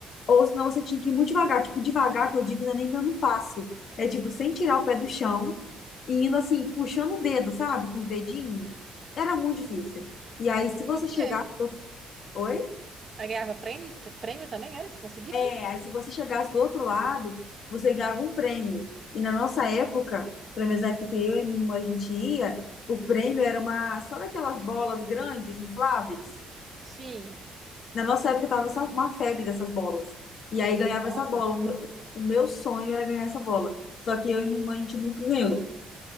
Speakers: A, on the left (about 60°); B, on the right (about 35°).
A: Ou senão você tinha que ir muito devagar. Tipo, devagar, que eu digo, não é nem dando um passo. É tipo, sem tirar o pé do chão e indo assim, puxando o dedo, sabe? Com os dedinhos. Era muito difícil. E aí, se você
B: Por
A: chegar.
B: quê?
A: Oi?
B: Aí ganhava prêmio, prêmio também, era? Se conseguisse?
A: reais. Se você chegasse do outro lado, você ganhava um prêmio. E na nossa época, pelo menos na época que eu e minha irmã a gente ia, o prêmio era uma, sabe aquelas bolas grandes, infláveis?
B: Sim.
A: Na nossa época tava essa- uma febre dessas bolas. E aí ganhava
B: Nossa.
A: essa bola. O meu, o meu sonho era ganhar essa bola. Só que eu e minha irmã a gente nunca ganhou.